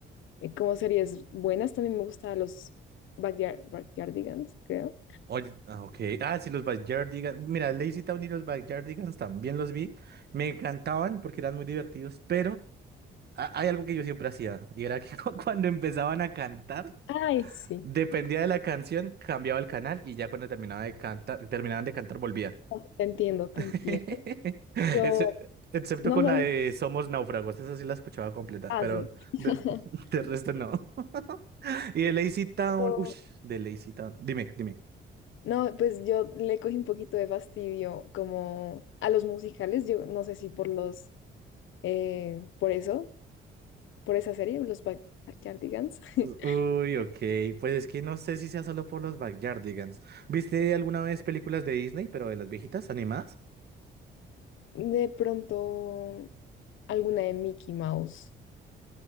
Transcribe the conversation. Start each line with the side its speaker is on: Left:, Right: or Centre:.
Left: eh, como series buenas. También me gustaban los Backyard, Backyardigans, creo.
Right: Oye, ah, ok. Ah, sí, los Backyardigans. Mira, Lazy Town y los Backyardigans también los vi. Me encantaban porque eran muy divertidos, pero ha- hay algo que yo siempre hacía y era que <laughs> cu- cuando empezaban a cantar,
Left: Ay, sí.
Right: dependía de la canción, cambiaba el canal y ya cuando terminaba de cantar, terminaban de cantar, volvía.
Left: Oh, Te entiendo, te
Right: <laughs>
Left: entiendo. Yo,
Right: Ese- excepto
Left: no
Right: con
Left: sé,
Right: la de Somos náufragos, esa sí la escuchaba completa,
Left: ah,
Right: pero
Left: sí. <laughs>
Right: de, <laughs> de resto no. <laughs> Y de Lazy Town,
Left: Yo-
Right: uff, de Lazy Town, dime, dime.
Left: No, pues yo le cogí un poquito de fastidio como a los musicales. Yo no sé si por los, eh, por eso, por esa serie, los Back- Backyardigans. <laughs>
Right: Uy, ok, pues es que no sé si sea solo por los Backyardigans. ¿Viste alguna vez películas de Disney, pero de las viejitas animadas?
Left: De pronto, alguna de Mickey Mouse.